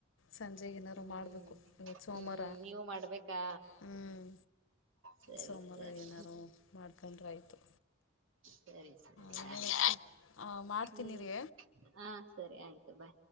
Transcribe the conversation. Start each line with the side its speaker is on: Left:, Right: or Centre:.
Left: ಸಂಜೆಗೆ ಏನಾರು
Right: ಹ್ಮ್
Left: ಮಾಡಬೇಕು ಇವತ್ತು ಸೋಮವಾರ
Right: ಹ್ಮ್ ನೀವ ಮಾಡ್ಬೇಕಾ
Left: ಹ್ಮ್
Right: ಸರಿ
Left: ಸೋಮವಾರ
Right: ಸರಿ
Left: ಏನಾರು ಮಾಡ್ಕೊಂಡ್ರೆ ಆಯ್ತು
Right: ಸರಿ ಸರಿ
Left: ಇನ್ನೇನಕ್ಕ
Right: ಆಯ್ತು
Left: ಮಾಡ್ತೀನಿ
Right: ಹ್ಮ
Left: ರೀ
Right: ಹ ಸರಿ ಆಯ್ತು ಬಾ